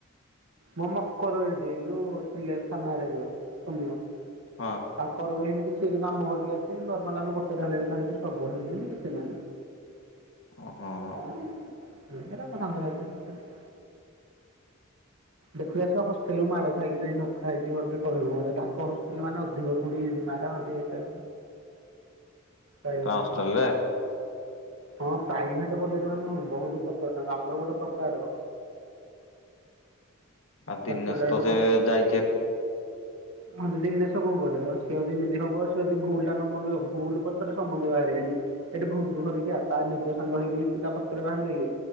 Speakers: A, on the right; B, on the left.
A: ମୋ ମକର ଏଇଠି। ଯୋଉ ଥିଲେ ଥାନାରେ ଯୋଉ ସୋମ୍ୟ।
B: ହଁ।
A: ତାଙ୍କର ବି ଏମିତି। ସିଏ କିନ୍ତୁ ଆମ ଘର ଠିକି ଆସିବେ ନର୍ମାଲ ଆମେ ଗୋଟେ ଥାଳିରେ ଖାଇଛୁ ସବୁ ହେମିତି କିଛି ନାଇଁ
B: ଓହୋ।
A: କଣ ହେରା ସାଙ୍ଗରେ <unintelligible> ଦେଖିବ ସେ ହଷ୍ଟେଲ୍ ରୁ ମାଡ ଖାଇକି ଯଦି ନ ଖାଇଚି ମୋତେ କହିବ ମୋତେ ତାଙ୍କ ହଷ୍ଟେଲ ମାନେ ଅଧିକ ପୁଣି ମାରାମାରି ହେଇଥା
B: <unintelligible>
A: ପାଇଭେଟରେ
B: ହଷ୍ଟେଲରେ
A: ହଁ ପ୍ରାଇଭେଟ କଲେଜ ମାନେ ବହୁତ ଖର୍ଚ୍ଚ ତା ଆମର ଗୋଟେ ପ୍ରକାର
B: ଆଉ ଦିନେଶ
A: ତାଙ୍କର ଡ଼ାଇରେକ୍ଟ
B: ତ ସେ
A: ବନ୍ଦ
B: <unintelligible>
A: ହଁ ଦିନେଶ କଣ କରିବ। ସେ ଯଦି ଏମିତି ହବ ସେ ଯଦି ଭୁଲ ଟା ନ ମାଗିବ, ଭୁଲ ପଛରେ ସମସ୍ତେ ବାହାରିବେନି। ସେଠି ଭୁଲ ତୁ ଧରିକିଆ, ତା ନିଜ ସାଙ୍ଗ ହେଇକି ସେ ତା ପଛରେ ବାହାରିଲେ କି?